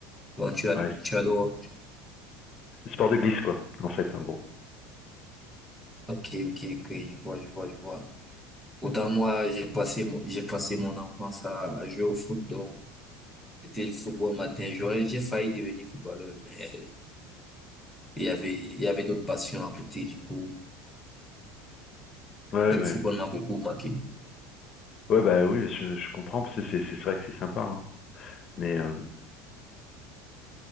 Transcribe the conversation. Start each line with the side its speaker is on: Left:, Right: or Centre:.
Centre: Donc, tu as,
Left: Ouais,
Centre: tu adores.
Left: Sport de glisse, quoi, en fait, en gros.
Centre: Ok, ok, ok, je vois, je vois, je vois. Autant moi, j'ai passé, mon- j'ai passé mon enfance à, à jouer au foot, donc c'était le football matin. J'aurais, j'ai failli devenir footballeur, mais il y avait, il y avait d'autres passions à côté, du coup.
Left: Ouais,
Centre: Et
Left: ouais,
Centre: le football m'a beaucoup marqué.
Left: ouais, bah oui, je, je comprends, parce que c'est c'est vrai que c'est sympa, hein. Mais, euh,